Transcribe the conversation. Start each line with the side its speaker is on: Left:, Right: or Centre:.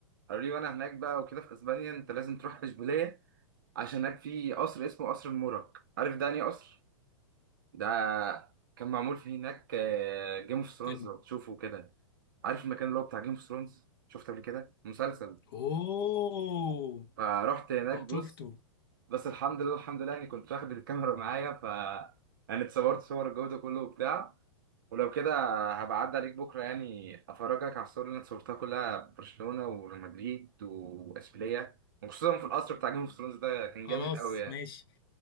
Right: قالوا لي وانا هناك بقى وكده في اسبانيا انت لازم تروح اشبيليه عشان هناك في قصر اسمه قصر المورك عارف ده انهي قصر ده كان معمول فيه هناك جيم اوف ثرونز
Left: أنا
Right: لو تشوفه كده عارف المكان اللي هو بتاع جيم اوف ثرونز شفته قبل كده مسلسل
Left: أوه
Right: فرحت هناك
Left: آه،
Right: بص
Left: شفته
Right: بس الحمد لله الحمد لله يعني كنت واخد الكاميرا معايا ف يعني اتصورت صور الجودة كله وبتاع ولو كده هبعد عليك بكرة يعني أفرجك على الصور اللي أنا صورتها كلها في برشلونة ومدريد وإشبيلية وخصوصا في القصر بتاع جيم اوف ثرونز ده كان
Left: خلاص
Right: جامد قوي يعني
Left: ماشي